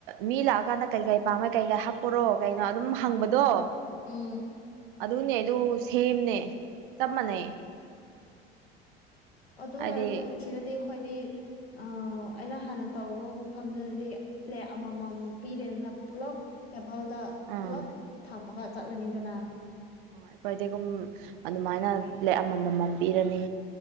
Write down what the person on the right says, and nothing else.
ꯃꯤ ꯂꯥꯛꯑꯀꯥꯟꯗ ꯀꯩꯀꯩ ꯄꯥꯝꯃꯦ ꯀꯩꯀꯥꯏ ꯍꯥꯞꯄꯣꯔꯣ ꯀꯩꯅꯣ ꯑꯗꯨꯝ ꯍꯪꯕꯗꯣ
ꯑꯗꯨꯅꯦ ꯑꯗꯨ ꯁꯦꯝꯅꯦ ꯆꯞ ꯃꯥꯟꯅꯩ
ꯍꯥꯏꯗꯤ
ꯑꯥ
ꯑꯩꯈꯣꯏꯗꯤꯒꯨꯝ ꯑꯗꯨꯃꯥꯏꯅ ꯄ꯭ꯂꯦꯛ ꯑꯃꯝꯃꯝ ꯄꯤꯔꯅꯤ